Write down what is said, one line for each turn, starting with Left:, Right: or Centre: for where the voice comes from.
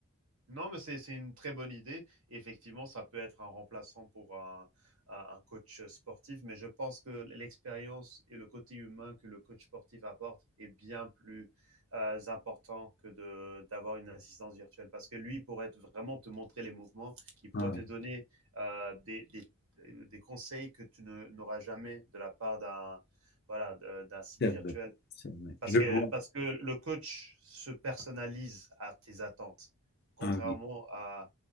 Right: Non, mais c'est c'est une très bonne idée. Effectivement, ça peut être un remplaçant pour un, un- un coach sportif, mais je pense que l'expérience et le côté humain que le coach sportif apporte est bien plus euh, important que de d'avoir une assistance virtuelle, parce que lui il pourrait te- vraiment te montrer les mouvements, il pourrait
Left: Ah oui,
Right: te donner euh, des, des, des conseils que tu ne- n'auras jamais de la part d'un voilà de- d'un site
Left: c'est
Right: virtuel.
Left: vrai, c'est vrai.
Right: Parce
Left: Je
Right: que,
Left: vois.
Right: parce que le coach se personnalise à tes attentes, contrairement
Left: Ah oui.
Right: à,